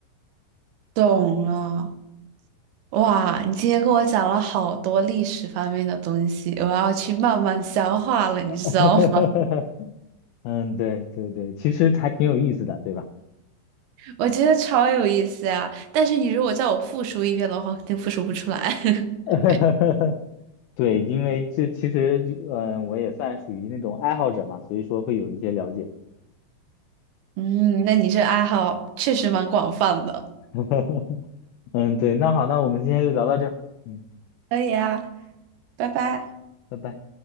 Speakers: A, on the right; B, on the left.
A: 懂了。哇，你今天跟我讲了好多历史方面的东西，我要去慢慢消化了，你知道吗？
B: <laughs> 嗯，对对对，其实还挺有意思的，对吧？
A: 我觉得超有意思呀、但是你如果叫我复述一遍的话，肯定复述不出来。<laughs>
B: <laughs> 对，因为这其实嗯，呃我也算属于那种爱好者嘛，所以说会有一些了解。
A: 嗯，那你这爱好确实蛮广泛的。
B: <laughs> 嗯，对，那好，那我们今天就聊到这儿嗯，
A: 可以啊，拜拜。
B: 拜拜。